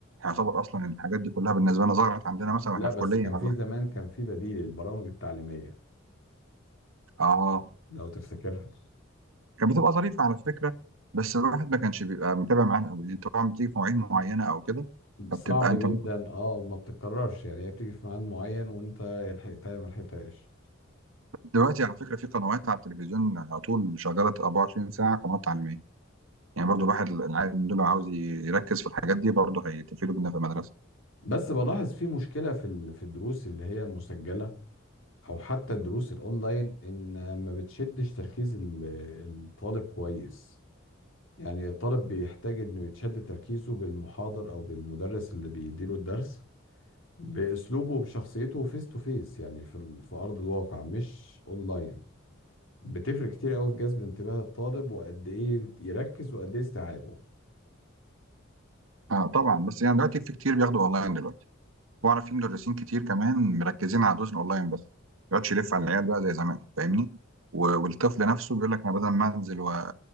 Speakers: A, on the right (about 80°); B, on the left (about 75°).
A: يعتبر اصلا الحاجات دي كلها بالنسبه لنا ظهرت عندنا مثلا واحنا
B: لا بس
A: في كليه
B: كان
A: ولا
B: في زمان
A: حاجه
B: كان في بديل البرامج التعليمية
A: اه
B: لو تفتكرها
A: كانت بتبقى ظريفه على فكره بس الواحد ما كانش بيبقى متابع معاها قوي طبعا بتيجي في مواعيد معينه او كده
B: صعب
A: فبتبقى انت
B: جدا اه وما بتتكررش يعني هي بتيجي في ميعاد معين وانت يا لحقتها يا ما لحقتهاش
A: دلوقتي على فكره في قنوات على التلفزيون على طول شغاله 24 ساعه قنوات تعليميه يعني برضو الواحد العيال من دول لو عاوز يركز في الحاجات دي برضو هيتفيدوا جدا في المدرسه
B: بس بلاحظ في مشكلة في ال- في الدروس اللي هي مسجلة او حتى الدروس الاونلاين ان ما بتشدش تركيز ال- الطالب كويس يعني الطالب بيحتاج انه يتشد تركيزه بالمحاضر او بالمدرس اللي بيديله الدرس باسلوبه وبشخصيته فيس تو فيس يعني في ال- في ارض الواقع مش اونلاين بتفرق كتير قوي في جذب انتباه الطالب وقد ايه يركز وقد ايه استيعابه
A: آه طبعا بس يعني دلوقتي في كتير بياخدوا اونلاين دلوقتي واعرف في مدرسين كتير كمان مركزين على الدروس الاونلاين بس ما يقعدش يلف على العيال بقى زي زمان فاهمني و- والطفل نفسه بيقول لك انا بدل ما انزل و